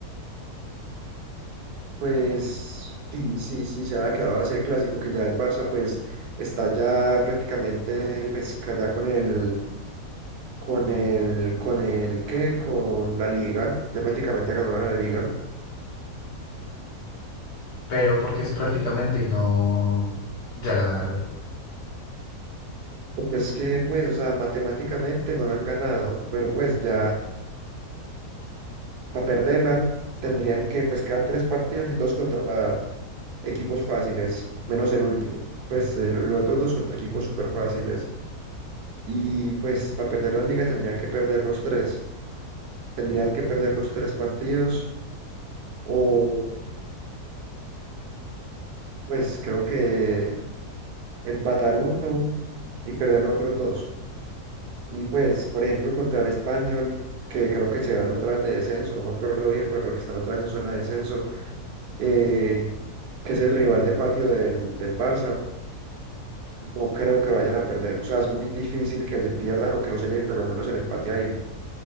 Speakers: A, on the right; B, on the left.
A: Pues sí, sí, sí, ya quedaba así el clásico, que ya el Barça pues está ya prácticamente pues ca- ya con el, con el, con el, ¿qué? Con la Liga, ya prácticamente ganaron la Liga,
B: pero porque es prácticamente y no, ya la ganaron.
A: porque es que pues, o sea, matemáticamente no la han ganado, pero pues ya para perderla tendrían que pues quedar tres partidos y todos contra equipos fáciles, menos el último, pues eh, lo- los otros dos contra equipos súper fáciles, y pues para perder la Liga tendrían que perder los tres. tendrían que perder los tres partidos o pues creo que empatar uno y perder los otros dos. Y pues, por ejemplo, contra el Español, que creo que se van otra vez de descenso, no me acuerdo bien, pero creo que están otra vez en zona de descenso, eh, que es el rival de patio del, del Barça, no creo que vayan a perder. O sea, es muy difícil que le pierdan o que no se lleven por lo menos el empate ahí.